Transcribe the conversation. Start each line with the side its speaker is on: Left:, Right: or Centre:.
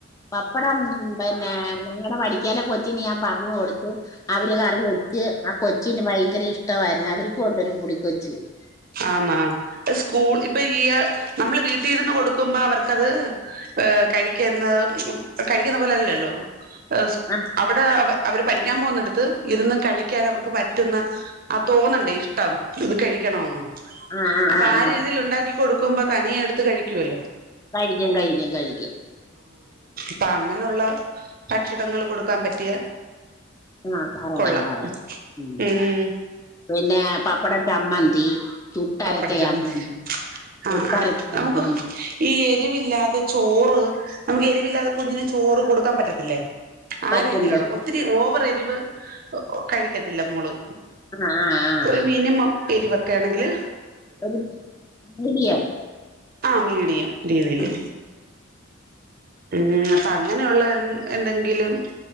Left: പപ്പടം പിന്നെ ഞങ്ങളുടെ വടിക്ക ക്കേല കൊച്ചിന് ഞാൻ പറഞ്ഞു കൊടുത്ത് അവര് കറി വെച്ച് ആ കൊച്ചിന് ഭയങ്കര ഇഷ്ടമായിരുന്നു അവർക്ക് കൊണ്ടൊരു പൊടി കൊച്ച് -
Right: ആന്നാ സ്കൂൾ ഇപ്പൊ ഈ നമ്മള് വീട്ടിലിരുന്ന് കൊടുക്കുമ്പോ അവർക്കത് കഴിക്കുന്ന കഴിക്കുന്ന പോലെല്ലല്ലോ സ്
Left: ആഹ്
Right: അവിടെ അവ അവര് പഠിക്കാൻ പോകുന്നിടത്ത് ഇരുന്ന് കഴിക്കാൻ അവർക്ക് പറ്റുന്ന ആ തോന്നണ്ടേ ഇഷ്ടം ഇത് കഴിക്കണോന്ന്-
Left: ആഹ്
Right: അപ്പൊ
Left: ആഹ്
Right: ആ
Left: ആഹ്
Right: രീതിയിൽ ഉണ്ടാക്കിക്കൊടു ക്കുമ്പോ തനിയ എടുത്ത് കഴിക്കുവല്ലോ
Left: കഴിക്കും കഴിക്കും കഴിക്കും.
Right: അപ്പ അങ്ങനുള്ള ഭക്ഷണങ്ങള് കൊടുക്കാൻ പറ്റിയാൽ
Left: ആഹ് പറയാം
Right: കൊള്ളാം
Left: പറയാം. മ്
Right: ഉം
Left: പിന്നെ പപ്പട ചമ്മന്തി ചുട്ടരച്ച
Right: പപ്പടച്ചമ്മന്തി
Left: ചമ്മന്തി പുട്ടരച്ച
Right: ആഹ് അഹ്
Left: ചമ്മന്തി
Right: നമുക്ക് ഈ രിവില്ലാത്ത ചോറ് നമുക്ക് എരിവില്ലാതെ കുഞ്ഞിന് ചോറ് കൊടുക്കാ പറ്റത്തില്ലേ ആഹ്
Left: പറ്റില്ലേ
Right: രീതിയിലുള്ള ഒത്തിരി ഓവർ രിവ് കഴിക്കത്തില്ല മോള്
Left: ആഹ് ആഹ് ആഹ്
Right: ഒരു മിനിമം എരിവെക്ക ഒക്കെ ആണെങ്കിൽ
Left: ഒരു മീഡിയം
Right: ആ മീഡിയം രീതിയില്
Left: ഉം
Right: ഉം അപ്പൊ അങ്ങനെയുള്ള എ എന്തെങ്കിലും